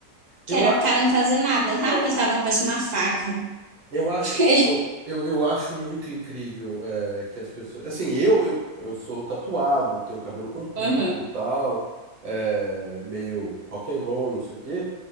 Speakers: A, on the right (about 45°); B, on the right (about 25°).
A: que
B: Eu,
A: era
B: a-
A: o cara não fazer nada, sabe?
B: é,
A: Que ele tava com parece uma faca.
B: eu acho,
A: <laughs> Ele-
B: eu, eu, eu acho muito incrível é, que as pessoas. Assim, eu, eu, eu sou tatuado, tenho cabelo comprido
A: Aham.
B: e tal, é, meio rock and roll, não sei o quê.